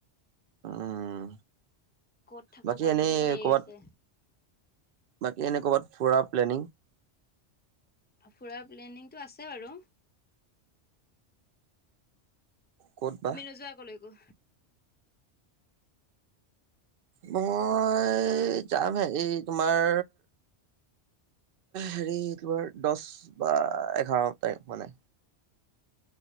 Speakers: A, on the right; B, on the left.
A: উম
B: ক'ত থাকো
A: বাকী
B: ক'ত
A: এনেই
B: নাথাকো লাগি
A: কৰ'বাত।
B: গৈছে।
A: বাকী এনে ক'ৰবাত ফুৰা। প্লেনিং
B: ফুৰা প্লেনিংটো আছে বাৰু।
A: ক'ত বা
B: তুমি নোযোৱা কলৈকো?
A: মই যামহে এই তোমাৰ হেৰি তোমাৰ দছ বা এঘাৰ তাৰিখ মানে।